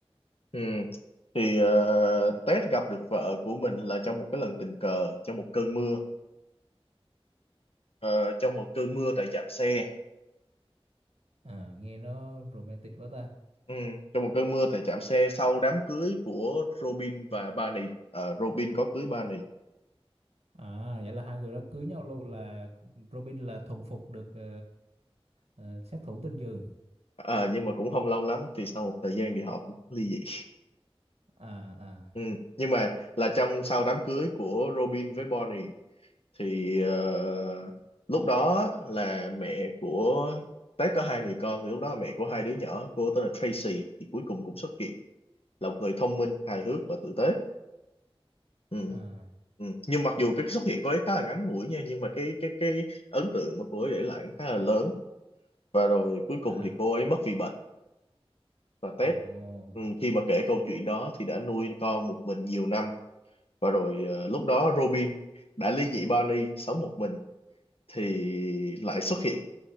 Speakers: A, on the left; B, on the right.
A: Ừ. Thì ờ, Tết gặp được vợ của mình là trong một cái lần tình cờ trong một cơn mưa Ờ, trong một cơn mưa tại trạm xe
B: à, nghe nó romantic quá ta
A: ừ. trong một cơn mưa tại trạm xe sau đám cưới của Robin và Barney Ờ, Robin có cưới Barney
B: à vậy là hai người đó cưới nhau luôn là Robin là thuần phục được ờ, ờ, sát thủ tên giường
A: Ờ, nhưng mà cũng không lâu lắm thì sau một thời gian thì họ cũng ly dị
B: à à
A: ừ. nhưng mà là trong sau đám cưới của Robin với Barney thì ờ, lúc đó là mẹ của Tết có hai người con thì lúc đó là mẹ của hai đứa nhỏ cô tên là Tracy thì cuối cùng cũng xuất hiện là một người thông minh hài hước và tử tế ừ.
B: à
A: Ừ. nhưng mặc dù cái xuất hiện của ấy khá là ngắn ngủi nha nhưng mà cái cái cái ấn tượng mà cô ấy để lại cũng khá là lớn và rồi cuối cùng
B: à
A: thì cô ấy mất vì bệnh và
B: ồ
A: Ted ừ, khi mà kể câu chuyện đó thì đã nuôi con một mình nhiều năm và rồi ờ, lúc đó Robin đã ly dị Barney sống một mình thì lại xuất hiện